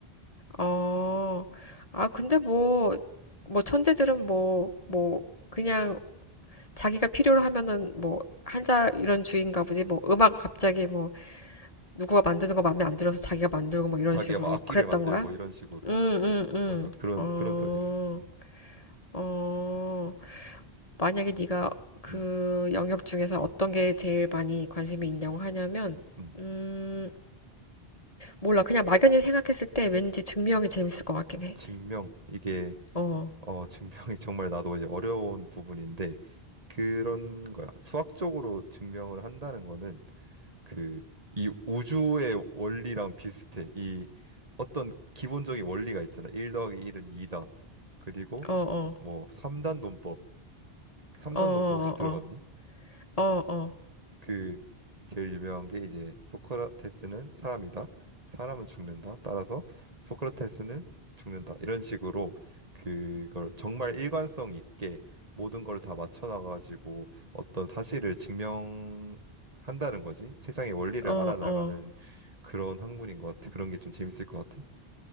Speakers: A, on the left; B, on the right.
A: 어. 아, 근데 뭐, 뭐, 천재들은 뭐, 뭐,
B: 음.
A: 그냥 자기가 필요로 하면은 뭐, 한자 이런 주의인가 보지. 뭐, 음악 갑자기 뭐, 누구가 만드는 거 마음에 안 들어서 자기가 만들고 뭐 이런
B: 자기가
A: 식으로
B: 막 악기를
A: 그랬던
B: 만들고
A: 거야?
B: 이런 식으로.
A: 응, 응, 응.
B: 맞아. 그런
A: 어,
B: 그런 썰이 있었어. 음.
A: 어. 만약에 네가 그
B: 음.
A: 영역 중에서 어떤 게 제일 많이 관심이 있냐고 하냐면,
B: 음.
A: 음, 몰라. 그냥 막연히 생각했을 때 왠지 증명이 재밌을 것 같긴 해.
B: 증명 이게
A: 어.
B: 어 증명이 <laughs> 정말 나도 이제 어려운 부분인데 그런 거야. 수학적으로 증명을 한다는 거는 그 이 우주의 원리랑 비슷해. 이 어떤 기본적인 원리가 있잖아. 1 더하기 1은 2다. 그리고
A: 어, 어,
B: 뭐 3단 논법. 3단
A: 어,
B: 논법 혹시 들어봤니?
A: 어, 어, 어,
B: 그 제일 유명한 게 이제 소크라테스는 사람이다. 사람은 죽는다. 따라서 소크라테스는 죽는다. 이런 식으로 그걸 정말 일관성 있게 모든 걸 다 맞춰 나가지고 어떤 사실을 증명한다는 거지. 세상의 원리를
A: 어, 어,
B: 알아나가는
A: 어.
B: 그런 학문인 것 같아. 그런 게 좀 재밌을 것 같아.